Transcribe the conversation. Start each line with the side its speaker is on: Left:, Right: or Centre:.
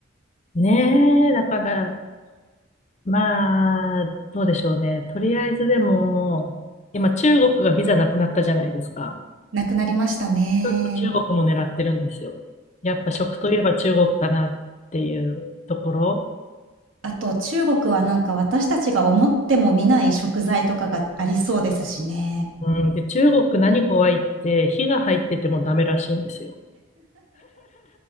Left: ねえ、だから、まあ、どうでしょうね。とりあえずでも、今中国がビザなくなったじゃないですか。
Right: なくなりましたね。
Left: ちょっと中国も狙ってるんですよ。やっぱ食といえば中国かなっていうところ。
Right: あと中国はなんか私たちが思っても見ない食材とかがありそうですしね。
Left: うん、で、中国何怖いって、火が入っててもダメらしいんですよ。